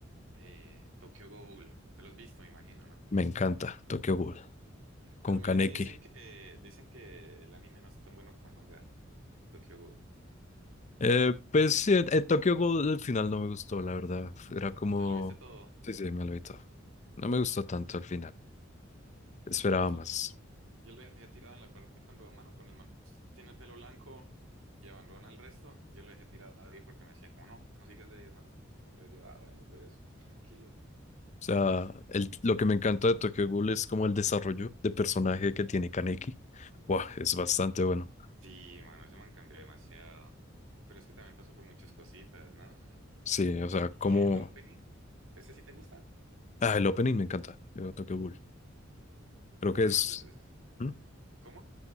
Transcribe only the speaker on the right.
eh, Tokyo Ghoul. Te lo has visto, me imagino, ¿no?
Pero mira
que dicen que dicen que el anime no es tan bueno como el manga de Tokyo Ghoul.
¿Te lo viste todo?
Yo,
yo lo dejé tirado en la parte cuando, mano, cuando el man pues, tiene el pelo blanco y abandona el resto, yo lo dejé tirado ahí porque me decían como, no, no sigas de ahí, es malo. Entonces yo, ah, bueno, pues, tranquilo.
Sí, mano, ese man cambió demasiado. Pero es que también pasó por muchas cositas, ¿no?
¿Y
el opening? ¿Ese sí te gusta?
Mano,
ese es...
¿Cómo?